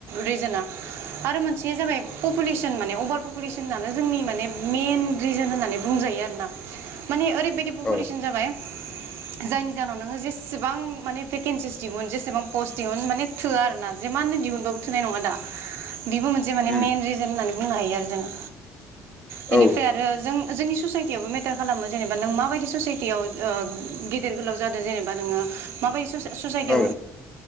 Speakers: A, on the right; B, on the left.
A: रिजोन आरो मोनसेया जाबाय पपुलेसन माने अभार पपुलेसनानो जोंनि माने मेइन रिजोन होननानै बुंजायो आरोना माने ओरै बेबायदि पपुेलेसन
B: औ
A: जाबाय जायनि जाहोनाव नोङो जेसेबां माने भेकेन्सिस दिहुन जेसेबां पस्ट दिहुन माने थोआ आरो ना जेमाननो दिहुनबाबो थोनाय नङा दा बिबो मोनसे माने
B: उम
A: मेन रिजोन होननानै बुंनो हायो आरो जोङो बेनिफ्राय
B: औ
A: आरो जों जोंनि ससायटियावबो मेटार खालामो जेनेबा नों माबायदि ससाइटियाव ओ गेदेर गोलाव जादों जेनेबा नोङो माबादि ससाइटियाव
B: औ